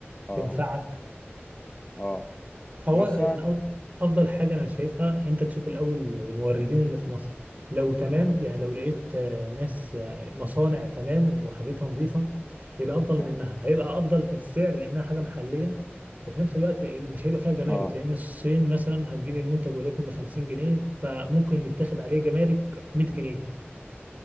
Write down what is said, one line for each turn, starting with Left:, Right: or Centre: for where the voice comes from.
Left: اه
Right: تنفعك
Left: اه
Right: هو
Left: بس
Right: يعني
Left: أنا-
Right: أف- افضل حاجه انا شايفها انت تشوف الاول الموردين اللي في مصر لو تمام
Left: اه
Right: يعني لو لقيت آه، ناس آه، مصانع تمام وحاجتها نظيفه يبقى افضل
Left: تا-
Right: منها هيبقى افضل في السعر لانها حاجه محليه وفي نفس الوقت مش هيبقى فيها جمارك
Left: اه
Right: لان الصين مثلا هتجيب المنتج وليكن ب 50 جنيه فممكن يتاخد عليه جمارك 100 جنيه